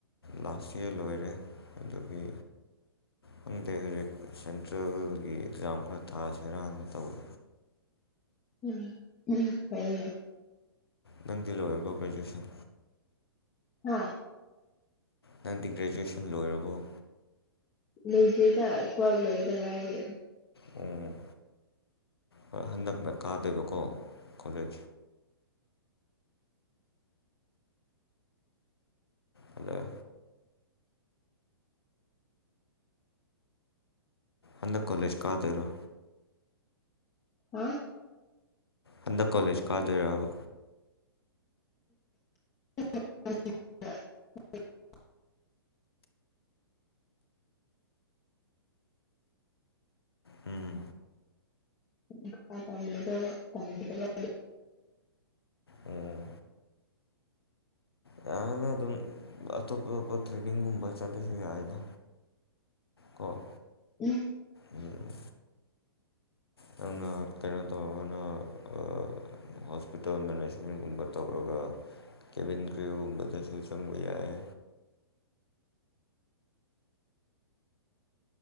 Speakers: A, on the left (about 75°); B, on the left (about 25°).
A: ꯂꯥꯁ ꯏꯌ꯭ꯔ ꯂꯣꯏꯔꯦ ꯑꯗꯨꯒꯤ ꯈꯪꯗꯦ ꯍꯧꯖꯤꯛ ꯁꯦꯟꯇ꯭ꯔꯦꯜꯒꯤ ꯑꯦꯛꯖꯥꯝ ꯈꯔ ꯊꯥꯁꯤꯔꯥꯅ ꯇꯧꯋꯦ
B: ꯎꯝ ꯍꯨꯝ ꯐꯥꯌꯦꯅꯦ
A: ꯅꯪꯗꯤ ꯂꯣꯏꯔꯕꯣ ꯒ꯭ꯔꯦꯖꯨꯑꯦꯁꯟ
B: ꯍꯥ
A: ꯅꯪꯗꯤ ꯒ꯭ꯔꯦꯖꯨꯑꯦꯁꯟ ꯂꯣꯏꯔꯕꯣ
B: ꯂꯣꯏꯗ꯭ꯔꯤꯗ ꯇꯨ꯭ꯋꯦꯐ ꯂꯣꯏꯕꯗ ꯉꯥꯏꯔꯤ
A: ꯑꯣ ꯍꯣꯏ ꯍꯟꯗꯛꯅ ꯀꯥꯗꯣꯏꯕꯀꯣ ꯀꯣꯂꯦꯖ ꯍꯜꯂꯣ ꯍꯟꯗꯛ ꯀꯣꯂꯦꯖ ꯀꯗꯣꯏꯔꯣ
B: ꯍꯥ
A: ꯍꯟꯗꯛ ꯀꯣꯂꯦꯖ ꯀꯥꯗꯣꯏꯔꯕ
B: <inaudible>
A: ꯎꯝ
B: ꯃꯈꯥ ꯇꯝꯕꯗꯣ ꯇꯟꯈ꯭ꯔꯕ
A: ꯑꯣ ꯌꯥꯔꯦꯗ ꯑꯗꯨꯝ ꯑꯇꯣꯞ ꯑꯇꯣꯞꯄ ꯇ꯭ꯔꯦꯅꯤꯡꯒꯨꯝꯕ ꯆꯠꯂꯁꯨ ꯌꯥꯏꯗ ꯀꯣ
B: ꯎꯝ
A: ꯎꯝ ꯅꯪꯅ ꯀꯩꯅꯣ ꯇꯧꯔꯒꯅꯥ ꯑꯥ ꯍꯣꯁꯄꯤꯇꯥꯜ ꯃꯦꯅꯦꯖꯃꯦꯟꯒꯨꯝꯕ ꯇꯧꯔꯒ ꯀꯦꯕꯤꯟ ꯀ꯭ꯌꯨꯒꯨꯝꯕꯗꯁꯨ ꯆꯪꯕ ꯌꯥꯌꯦ